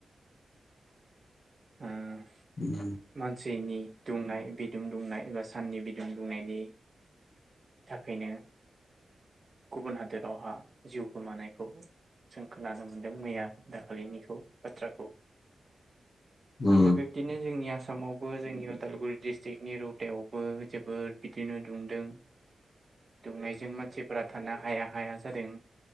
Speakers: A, on the left; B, on the right.
A: <inaudible>
B: उम
A: उम
B: सानसेनि दुंनाय बिदुं दुंनाय बा साननि बिदुं दुंनायनि थाखायनो गुबुन हादोरावहा जिउ गोमानायखौ। जों खोनानो मोन्दों मैया दाखालिनिखौ बाथ्राखौ।
A: उम
B: दा बिब्दिनो जोंनि आसामावबो जोंनि। उदालगुरि डिस्ट्रिकनि रौथायावबो जोबोद बिदिनो दुंदों दुंनायजों मानसिफोरा थानो हाया हाया जादों।